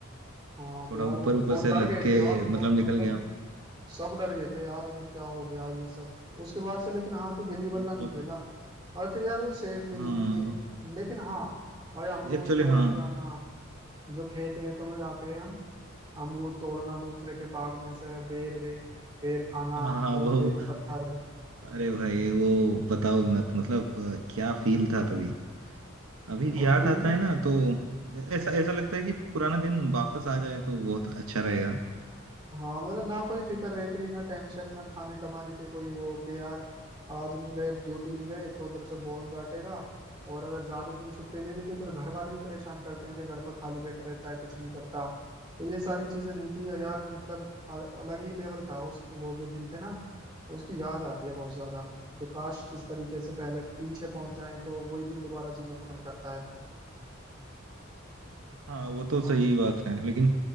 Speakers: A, on the right; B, on the right.
A: हाँ तो
B: थोड़ा
A: यार
B: ऊपर
A: वो बहुत
B: ऊपर से
A: डर
B: लग
A: गए
B: के
A: थे यार बहुत
B: मतलब निकल
A: मतलब
B: गया
A: सब डर गए थे यार ये क्या हो गया ये सब उसके बाद से लेकिन हाँ तू गिल्ली बल्ला
B: मतलब
A: नहीं खेला और फिर यार वो सेफ भी नहीं
B: हाँ
A: है गेम लेकिन हाँ भाई अमरूद
B: एक्चुअली
A: तोड़ने
B: हाँ
A: जाना जो खेत वेतों में जाकर हम अमरूद तोड़ना दूसरे के बाग में से बेर वेर बेर खाना
B: हाँ हाँ,
A: और
B: वो
A: बेल पत्थर
B: अरे भाई वो बताओ ही मत मतलब अ, क्या फील था तभी अभी
A: और
B: याद
A: दिन
B: आता है ना तो ऐ- ऐसा ऐसा लगता है कि पुराना दिन वापस आ जाए तो बहुत अच्छा रहेगा
A: हाँ मतलब ना कोई फिक्र रेकरी ना टेंशन ना खाने कमाने के कोई वो कि यार आज नहीं गए ड्यूटी नहीं गए तो उधर से बॉस डांटेगा और अगर ज्यादा दिन छुट्टी ले ली तो इधर घर वाले भी परेशान करते हैं कि घर पर खाली बैठा रहता है कुछ नहीं करता तो ये सारी चीजें नहीं थी यार मतलब अ- अलग ही लेवल था उस वो जो दिन थे ना उसकी याद आती है बहुत ज्यादा कि काश किस तरीके से पहले पीछे पहुंच जाए तो वही दिन दोबारा जीने को मन करता है
B: हाँ वो तो
A: वाह
B: सही बात है लेकिन